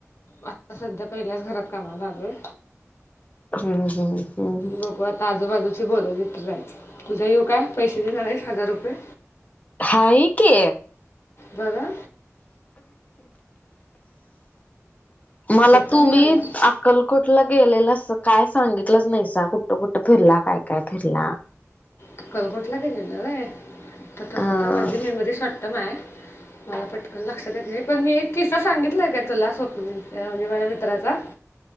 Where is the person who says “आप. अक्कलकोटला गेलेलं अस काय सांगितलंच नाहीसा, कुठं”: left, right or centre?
Left